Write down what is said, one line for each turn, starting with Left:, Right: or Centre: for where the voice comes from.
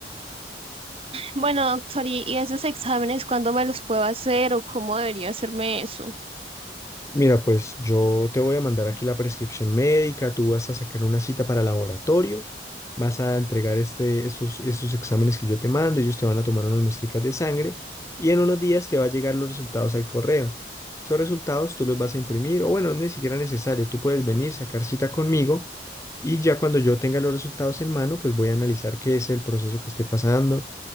Right: Bueno, doctor, ¿y, y esos exámenes cuándo me los puedo hacer o cómo debería hacerme eso?
Left: Mira, pues yo te voy a mandar aquí la prescripción médica, tú vas a sacar una cita para laboratorio, vas a entregar este, estos, estos exámenes que yo te mando, ellos te van a tomar unas muestricas de sangre y en unos días te va a llegar los resultados al correo. Esos resultados tú los vas a imprimir, o bueno, ni siquiera necesario, tú puedes venir, sacar cita conmigo y ya cuando yo tenga los resultados en mano, pues voy a analizar qué es el proceso que esté pasando,